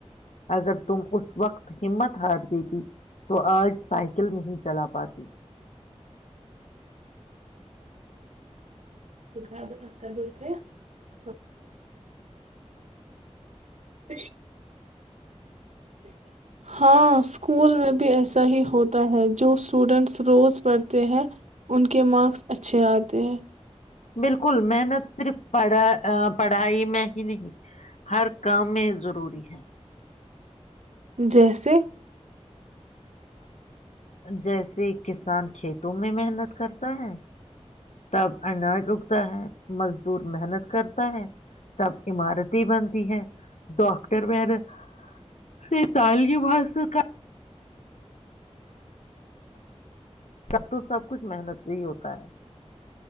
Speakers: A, on the left (about 85°); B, on the right (about 80°).
A: اگر تم اس وقت ہمت ہار دیتی تو آج سائیکل نہیں چلا پاتی
B: سھر ب تختر د تس س ہاں اسکول میں بھی ایسا ہی ہوتا ہے جو اسٹوڈینٹس روز پڑھتے ہیں ان کے مارکس اچھے آتے ہیں
A: بالکل محنت صرف پڑھا پڑھائی میں ہی نہیں ہر کام میں ضروری ہے
B: جیسے
A: جیسے کسان کھیتوں میں محنت کرتا ہے تب اناج اگتا ہے مزدور محنت کرتا ہے تب عمارت بنتی ہے ڈاکٹر ویر سے تالو بھاشا کا تب تو سب کچھ محنت سے ہی ہوتا ہے